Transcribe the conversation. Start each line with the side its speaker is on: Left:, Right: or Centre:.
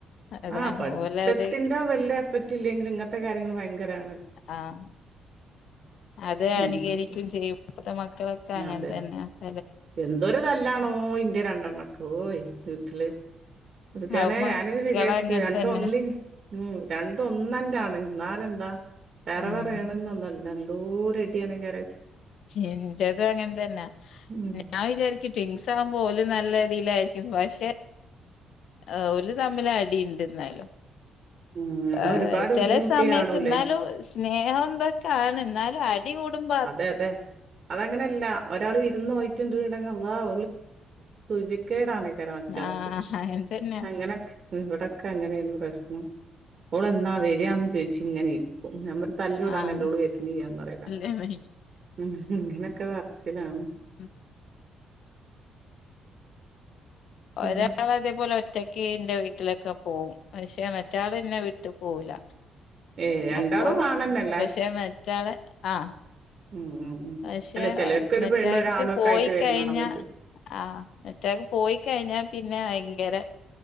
Left: അതാണ്
Right: ആ പഠിത്തത്തിന്റെോ
Left: ഓലെ അത്
Right: വല്ല എഫക്റ്റ് ഇല്ലെങ്കിൽ ഇങ്ങനത്തെ കാര്യങ്ങൾ ഭയങ്കരാ
Left: ആഹ് അത് അനുകരിക്കും
Right: അങ്ങനെയൊക്കെ
Left: ചെയ്യുമ്പത്തെ മക്കളൊക്കെ അങ്ങനെ
Right: അതെ
Left: തന്നെല
Right: എന്തൊരു തല്ലാണോ ഇന്റെയ രണ്ടെണ്ണക്കോയ് വീട്ടില് അ ചേനേ
Left: അത് മക്കള്
Right: ഞാനി വിചാരിച്ചു
Left: അങ്ങനെ
Right: രണ്ട
Left: തന്നെ
Right: ഒന്നിൻ ഉം രണ്ട ഒന്നണ്ടാണ് എന്നാല എന്താ വേറെ
Left: ഉം
Right: വേറെ ണന്നൊന്നുംല്ല എന്തൂര ണ കാര
Left: എന്റെതും അങ്ങനെ തന്നെ
Right: ഉം
Left: ഞാൻ വിചാരിക്കിട്ടും ഉസം പോലും നല്ല രതിലായിരിക്കു പക്ഷെ ആ ഒല് തമ്മില അടി ഉണ്ട ഇന്നാലും
Right: ഉം നമ്മൾ
Left: ആ
Right: ഒരുപാട്
Left: ചെല
Right: ബുദ്ധിമുട്ടി
Left: സമയത്ത്
Right: കാണൂലേ
Left: എന്നാലും സ്നേഹം എന്തൊക്കെണ് എന്നാലും അടി കൂടമ്പ
Right: അതെ അതെ അതങ്ങനെയല്ല ഒരാൾ വിരുന്ന് പോയി ടങ്ങള്ളാഹ് ഒരു കേടാണ്ക്കാര മറ്റൾക്ക്
Left: ആഹ് അങ്ങനെ തന്നെയാ
Right: അങ്ങനെ ഇവിടക്കെ അങ്ങനെയാണ് പ്രശ്നം ഓള് എന്നാ വരിയാന്ന് ചോയിച്ചു ഇങ്ങനെ ഇരിക്കും നമ്മ തല്ലടാനല്ലോ
Left: ആഹ്
Right: ഓള് വരണില്ല പറിം
Left: <unintelligible>
Right: ഉം ഇങ്ങനൊക്കെ പറച്ചിലാണ്
Left: ഉം
Right: പിന്നെ
Left: ഒരാള അതേപോലെ ഒറ്റക്ക് ന്റെ വീട്ടിലൊക്കെ പോവും പക്ഷെ മറ്റാള് ഇന്നെ വിട്ട് പോവൂല
Right: ഏഹ് രണ്ടാളും
Left: അപ്പൊ
Right: ആണന്നല്ലേ
Left: പക്ഷേ മറ്റാളെ ആഹ്
Right: ഉം ഉം ഉം
Left: പക്ഷെ
Right: അല്ല ചെലർക്ക് ഒരു
Left: മറ്റാക്ക്
Right: പെണ്ണും ഒരാണും ഒക്കെ
Left: പോയി
Right: ആയിട്ട് വരുന്നാണ്
Left: കഴിഞ്ഞ
Right: അതാ ചോയിച്ചെ
Left: ആഹ് മറ്റാക്ക് പോയി കഴിഞ്ഞാ പിന്നെ ഭയങ്കര